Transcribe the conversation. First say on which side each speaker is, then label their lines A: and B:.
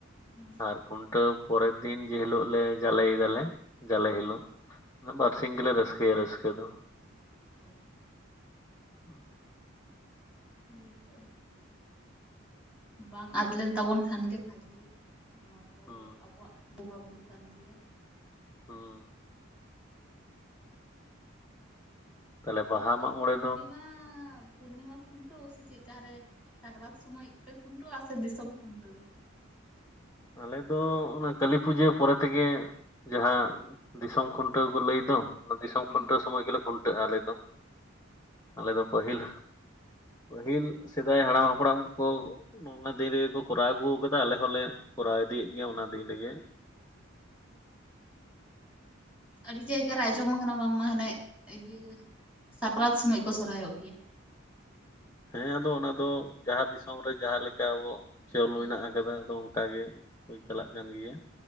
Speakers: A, in the centre; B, on the left.
A: ᱦᱩᱸ᱾
B: ᱟᱨ ᱠᱷᱩᱱᱴᱟᱹᱣ ᱯᱚᱨᱮᱨ ᱫᱤᱱ ᱡᱮ ᱦᱤᱞᱳᱜ ᱞᱮ ᱡᱟᱞᱮᱭ ᱫᱟᱞᱮ ᱡᱟᱞᱮ ᱦᱤᱞᱳᱜ᱾ ᱢᱟᱱᱮ ᱵᱟᱨᱥᱤᱧ ᱜᱮᱞᱮ ᱨᱟᱹᱥᱠᱟᱹᱭᱟ ᱨᱟᱹᱥᱠᱟᱹ ᱫᱚ᱾
A: ᱚ
B: ᱦᱩᱸ
A: ᱦᱳᱭ ᱛᱚ᱾ ᱵᱟᱝ ᱟᱫ ᱞᱮᱱ ᱛᱟᱵᱚᱱ ᱠᱷᱟᱱ ᱜᱮ ᱵᱷᱟᱹᱜᱤ ᱱᱚᱣᱟ ᱠᱚ
B: ᱦᱩᱸ
A: ᱫᱚ ᱟᱵᱚᱣᱟᱜ᱾ ᱵᱚᱸᱜᱟ ᱵᱩᱨᱩ ᱠᱟᱱ ᱜᱮᱭᱟ᱾
B: ᱦᱩᱸ᱾ ᱛᱟᱦᱚᱞᱮ
A: ᱚ,
B: ᱵᱟᱦᱟ
A: ᱛᱟᱦᱞᱮ
B: ᱢᱟᱜ
A: ᱟᱯᱮ ᱫᱚ
B: ᱢᱚᱬᱮ
A: ᱯᱩᱨᱱᱤᱢᱟ ᱯᱩᱨᱱᱤᱢᱟ ᱠᱷᱩᱱᱴᱟᱹᱣ ᱥᱮ ᱪᱮᱫᱠᱟ ᱦᱟᱨᱮ? ᱥᱟᱠᱨᱟᱛ ᱥᱚᱢᱚᱭ ᱯᱮ ᱠᱷᱩᱱᱴᱟᱹᱣᱟ ᱥᱮ ᱫᱤᱥᱚᱢ ᱠᱷᱩᱱᱴᱟᱹᱣ
B: ᱟᱞᱮ ᱫᱚ ᱚᱱᱟ ᱠᱟᱹᱞᱤ ᱯᱩᱡᱟᱹ ᱯᱚᱨᱮ ᱛᱮᱜᱮ ᱡᱟᱦᱟᱸᱼᱼ ᱫᱤᱥᱚᱢ ᱠᱷᱩᱱᱴᱟᱹᱣ ᱠᱚ ᱞᱟᱹᱭ ᱫᱚᱼᱼ ᱫᱤᱥᱚᱢ
A: ᱦᱩᱸ
B: ᱠᱷᱩᱱᱴᱟᱹᱣ ᱥᱚᱢᱚᱭ ᱜᱮᱞᱮ ᱠᱷᱩᱱᱴᱟᱹᱜᱼᱟ ᱟᱞᱮ ᱫᱚ ᱟᱞᱮ
A: ᱚ
B: ᱫᱚ ᱯᱟᱹᱦᱤᱞ ᱯᱟᱹᱦᱤᱞ ᱥᱮᱫᱟᱭ ᱦᱟᱲᱟᱢ ᱦᱟᱯᱲᱟᱢ ᱠᱚ ᱱᱚᱝᱠᱟ ᱫᱤᱱ ᱨᱮ‌ ᱜᱮ ᱠᱚ ᱠᱚᱨᱟᱣ ᱟᱹᱜᱩ ᱟᱠᱟᱫᱟ ᱟᱞᱮ ᱦᱚᱸᱞᱮ ᱠᱚᱨᱟᱣ ᱤᱫᱤᱭ ᱮᱫ ᱜᱮᱭᱟ ᱚᱱᱟ ᱫᱤᱱ ᱨᱮᱜᱮᱼᱼ
A: ᱟᱹᱰᱤ ᱡᱟᱭᱜᱟ ᱨᱮ ᱟᱸᱡᱚᱢ ᱟᱠᱟᱱᱟ ᱵᱟᱝᱢᱟ ᱦᱟᱱᱮ ᱤᱭᱟᱹ ᱥᱟᱠᱨᱟᱛ ᱥᱚᱢᱚᱭ ᱠᱚ ᱥᱚᱨᱦᱟᱭᱚᱜ ᱜᱮᱭᱟ᱾
B: ᱦᱮᱸ ᱟᱫᱚ ᱚᱱᱟ ᱫᱚ ᱡᱟᱦᱟᱸ ᱫᱤᱥᱚᱢ ᱨᱮ ᱡᱟᱦᱟᱸ ᱞᱮᱠᱟ ᱟᱵᱚᱣᱟᱜ ᱪᱚᱞ
A: ᱦᱳᱭ
B: ᱢᱮᱱᱟᱜ ᱟᱠᱟᱫᱟ
A: ᱦᱳᱭ
B: ᱟᱫᱚ ᱚᱱᱠᱟ ᱜᱮ ᱦᱚᱭ ᱪᱟᱞᱟᱜ ᱠᱟᱱ ᱜᱮᱭᱟ᱾